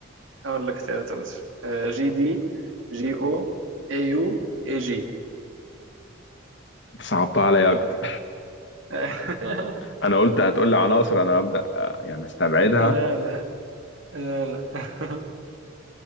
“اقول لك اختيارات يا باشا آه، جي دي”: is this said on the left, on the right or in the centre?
Right